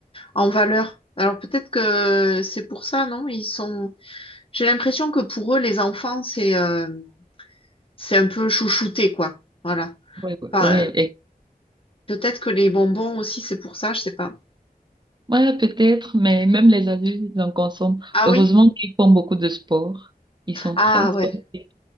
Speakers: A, on the left (about 35°); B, on the right (about 30°).
A: en valeur. Alors peut-être que c'est pour ça, non? Ils sont. J'ai l'impression que pour eux, les enfants, c'est euh, c'est un peu chouchouté, quoi. Voilà.
B: Oui, oui,
A: Par-
B: oui.
A: euh,
B: et-
A: Peut-être que les bonbons aussi, c'est pour ça, je sais pas.
B: Ouais, peut-être, mais même les adultes, ils en consomment.
A: Ah
B: Heureusement
A: oui?
B: qu'ils font beaucoup de sport. Ils sont
A: Ah
B: très sportifs.
A: ouais.